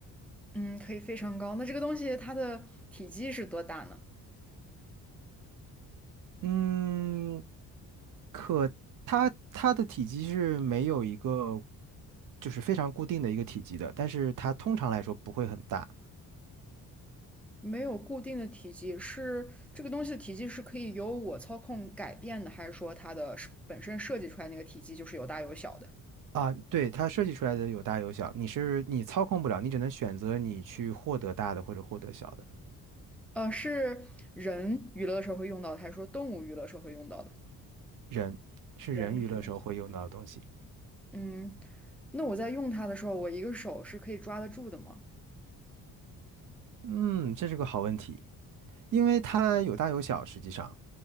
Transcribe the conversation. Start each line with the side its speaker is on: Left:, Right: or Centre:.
Centre: 嗯，可以非常高。那这个东西它的体积是多大呢？
Right: 嗯，可它它的体积是没有一个就是非常固定的一个体积的，但是它通常来说不会很大
Centre: 没有固定的体积，是这个东西的体积是可以由我操控改变的，还是说它的是本身设计出来那个体积就是有大有小的？
Right: 啊。对，它设计出来的有大有小，你是你操控不了，你只能选择你去获得大的或者获得小的。
Centre: 呃，是人娱乐的时候会用到的，还是说动物娱乐时候会用到的？
Right: 人是人娱乐时候会用到的东西。
Centre: 人可以用到。嗯，那我在用它的时候，我一个手是可以抓得住的吗？
Right: 嗯，这是个好问题。因为它有大有小，实际上，